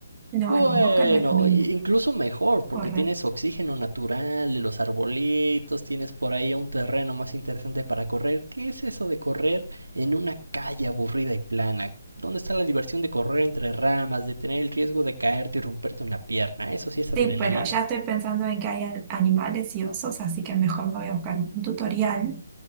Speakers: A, on the right (about 25°); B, on the right (about 80°).
A: no,
B: Bueno,
A: en un bosque no es lo mismo,
B: incluso mejor, porque
A: correr.
B: tienes oxígeno natural de los arbolitos, tienes por ahí un terreno más interesante para correr. ¿Qué es eso de correr en una calle aburrida y plana? ¿Dónde está la diversión de correr entre ramas, de tener el riesgo de caerte y romperte una pierna? Eso sí es adrenalina.
A: Sí, pero ya estoy pensando en que hay an- animales y osos, así que mejor me voy a buscar un tutorial